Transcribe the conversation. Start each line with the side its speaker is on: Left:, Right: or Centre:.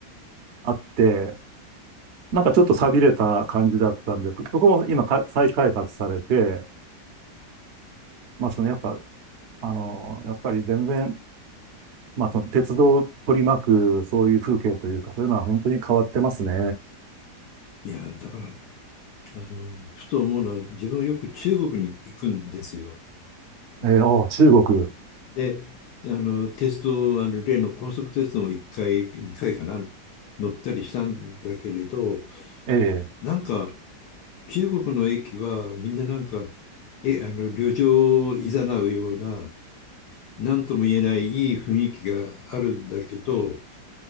Right: あって、なんかちょっと寂れた感じだったんです、そこも今か再開発されて、まあ、その、やっぱ、あの、やっぱり全然、まあ、その鉄道を取り巻く、そういう風景というか、そういうのは本当に変わってますね。
Left: いや、だから、あの、ふと思うのは、自分よく中国に行くんですよ。
Right: えー、お、中国。
Left: で、あの、テスト、あの、例の高速テストも1回、2回かな、乗ったりしたんだけれど、
Right: ええ。
Left: なんか、中国の駅はみんななんか、え、あの、旅情を誘うような、なんとも言えないいい雰囲気があるんだけど、